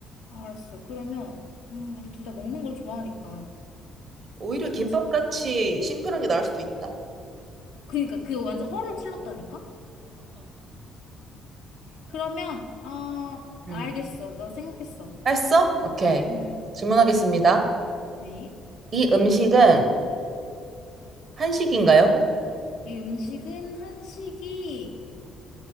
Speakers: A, on the left; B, on the right.
A: 알았어. 그러면 음, 우리 둘 다 먹는 걸 좋아하니까.
B: 오히려 김밥같이
A: 그치?
B: 심플한 게 나을 수도 있다.
A: 그니까 그 완전 허를 찔렀다니까? 그러면, 어,
B: 음.
A: 알겠어. 나 생각했어.
B: 했어? 오케이.
A: 음.
B: 질문하겠습니다.
A: 네.
B: 이 음식은 한식인가요?
A: 이 음식은 한식이라고